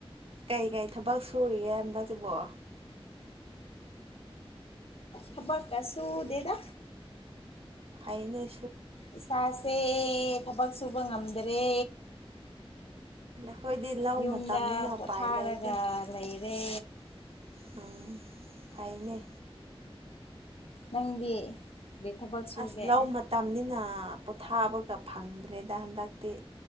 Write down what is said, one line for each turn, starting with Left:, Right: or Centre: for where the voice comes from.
Right: ꯀꯩꯀꯩ ꯊꯕꯛ ꯁꯨꯔꯤꯒꯦ ꯍꯟꯗꯛꯁꯤꯕꯣ
Left: ꯊꯕꯛ ꯀ ꯁꯨꯗꯦꯗ
Right: ꯐꯥꯏꯅꯦ
Left: ꯏꯁꯥꯁꯦ ꯊꯕꯛ ꯁꯨꯕ ꯉꯝꯗ꯭ꯔꯦ
Right: ꯑꯩꯈꯣꯏꯗꯤ ꯂꯧ
Left: ꯌꯨꯝꯗ
Right: ꯃꯇꯝꯅꯤꯅ
Left: ꯄꯣꯊꯥꯔꯒ
Right: ꯎꯄꯥꯏ ꯂꯩꯇꯦ
Left: ꯂꯩꯔꯦ
Right: ꯎꯝ ꯐꯏꯅꯦ
Left: ꯅꯪꯗꯤ ꯀꯩ ꯊꯕꯛ ꯁꯨꯒꯦ
Right: ꯑꯁ ꯂꯧ ꯃꯇꯝꯅꯤꯅ ꯄꯣꯊꯥꯕꯒ ꯐꯪꯗ꯭ꯔꯦꯗ ꯍꯟꯗꯛꯇꯤ